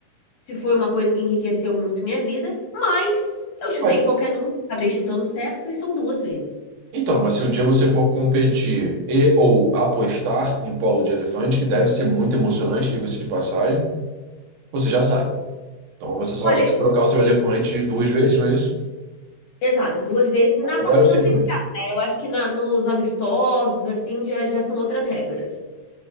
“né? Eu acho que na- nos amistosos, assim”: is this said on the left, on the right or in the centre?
Left